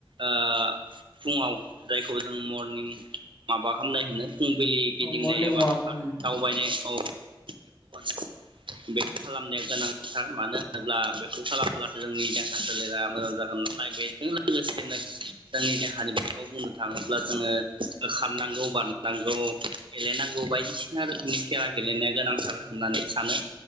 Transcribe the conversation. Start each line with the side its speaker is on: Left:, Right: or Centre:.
Right: ओ फुङाव जायखौ जों मरनिं माबा खालामनाय होनो फुंबिलि गिदिंनाय
Left: औ मरनिं
Right: एबा
Left: वाक
Right: पार्क
Left: उम
Right: दावबायनाय औ <unintelligible> बेखौ खालामनाया गोनांथार मानो होनोब्ला बेखौ खालामब्ला जोंनि देहा सोलेरा मोजां जागोन नालाय बेजों लोगोसेनो जोंनि देहानि बिथिङाव बुंनो थाङोब्ला जोङो खारनांगौ, बारनांगौ, गेलेनांगौ बायदिसिना रोखोमनि खेला गेलेनाया गोनांथार होननानै स सानो